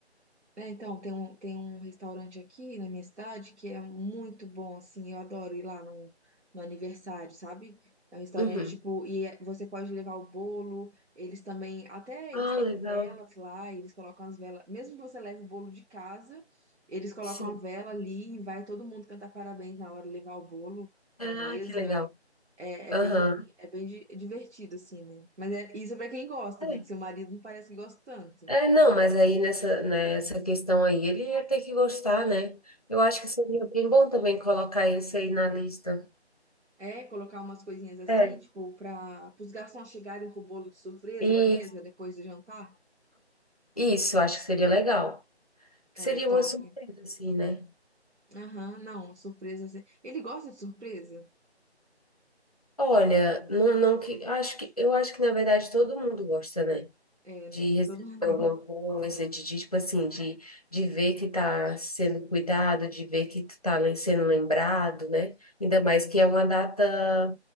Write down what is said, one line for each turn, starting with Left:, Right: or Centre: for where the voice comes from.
Right: É, então, tem um, tem um restaurante aqui na minha cidade que é muito bom, assim, eu adoro ir lá no, no aniversário, sabe? É um restaurante,
Left: Uhum.
Right: tipo, e é- você pode levar o bolo, eles também, até
Left: Ah,
Right: eles têm
Left: legal,
Right: velas lá, eles colocam as velas, mesmo que você leve o bolo de casa, eles colocam
Left: sim.
Right: a vela ali e vai todo mundo cantar parabéns na hora, levar o bolo
Left: Ah,
Right: na mesa,
Left: que legal.
Right: é, é
Left: Aham.
Right: bem, é bem di- divertido, assim, né? Mas é isso é pra quem gosta,
Left: É,
Right: né? Que seu marido não parece que gosta tanto.
Left: É, não, mas aí nessa, nessa questão aí ele ia ter que gostar, né? Eu acho que seria bem bom também colocar esse aí na lista.
Right: É, colocar umas coisinhas assim,
Left: É.
Right: tipo, para os garçons chegarem com o bolo de surpresa
Left: E
Right: na mesa depois do jantar.
Left: Isso, eu acho que seria legal. Seria
Right: Ai, top.
Left: uma surpresa, assim, né?
Right: Aham, não, surpresa. assim. Ele gosta de surpresa?
Left: Olha, não, não que, acho que, eu acho que, na verdade, todo mundo gosta, né?
Right: É, né?
Left: De receber
Right: Todo mundo.
Left: alguma coisa, de, de, tipo assim, de, de ver que tá sendo cuidado, de ver que tu tá lem- sendo lembrado, né? Ainda mais que é uma data,